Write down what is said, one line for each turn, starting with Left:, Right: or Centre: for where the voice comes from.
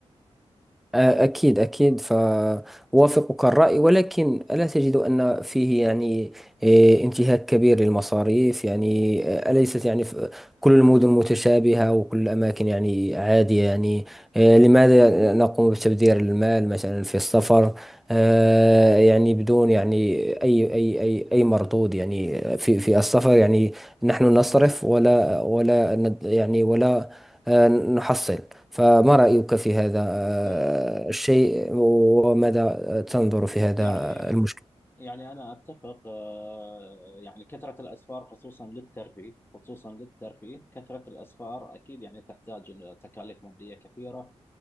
Centre: آه، أكيد أكيد فأوافقك الرأي ولكن ألا تجد أن فيه يعني إيه، انتهاك كبير للمصاريف يعني آه، أليست يعني ف- كل المدن متشابهة وكل الأماكن يعني عادية يعني آه، لماذا نقوم بتبذير المال مثلا في السفر آه، يعني بدون يعني أي أي أي أي مردود يعني في في السفر يعني نحن نصرف ولا ولا ند- يعني ولا آه، نحصل فما رأيك في هذا آه،
Left: آه،
Centre: الشيء وماذا تنظر في هذا
Left: يعني
Centre: المشكل
Left: يعني أنا أتفق آه، يعني كثرة الأسفار خصوصا للترفيه خصوصا للترفيه كثرة الأسفار أكيد يعني تحتاج إلى تكاليف مادية كثيرة